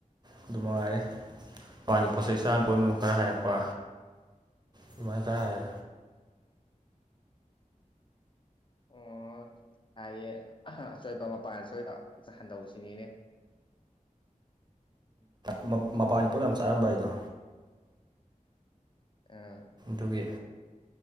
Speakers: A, on the right; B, on the left.
A: ꯑꯗꯨ ꯅꯨꯡꯉꯥꯏꯔꯦ ꯃꯒꯤ ꯄꯣꯠ ꯆꯩꯩ ꯆꯥꯅ ꯈꯣꯠꯅꯨ ꯈꯔ ꯍꯥꯏꯔꯛꯄ ꯃꯃꯥꯏ ꯀꯔꯦ
B: ꯑꯣ ꯍꯥꯏꯦ ꯑꯆꯣꯏꯄ ꯃꯄꯥꯟ ꯑꯁꯣꯏꯕ ꯍꯟꯗꯧꯕꯁꯤꯅꯤꯅꯦ
A: ꯎꯝ ꯃꯄꯥꯟꯒꯤ ꯄꯣꯠ ꯌꯥꯝ ꯆꯥꯔꯝꯕ ꯑꯩꯗꯣ
B: ꯑꯥ
A: ꯗꯨꯒꯤ